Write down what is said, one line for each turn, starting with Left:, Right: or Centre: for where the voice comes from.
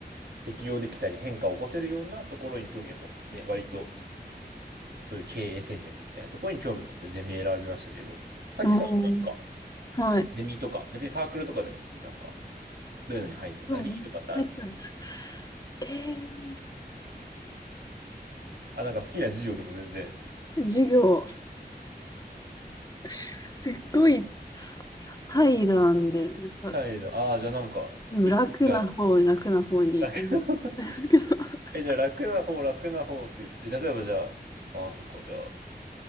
Right: 適応できたり変化を起こせるようなところに興味を持って、割とそういう経営戦略みたいなところに興味を持ってゼミ選びましたけど、さっきさ、
Left: うん。おー
Right: なんか、
Left: はい。
Right: ゼミとか、別にサークルとかでもいいんですよ。なんか、どういうのに入ってたりとかってあるの。
Left: うん。入ってない。え
Right: あ、なんか好きな授業でも全然。
Left: ー、授業、<laughs> すっごい怠惰なんで、なんか
Right: はい。ああ、じゃあなんか、
Left: でも楽な方に楽な方に。
Right: いつが、<laughs>
Left: なんか <laughs>
Right: え、じゃあ楽な方、楽な方って言って、じゃあ例えばじゃあ、ああ、そっか、じゃあ、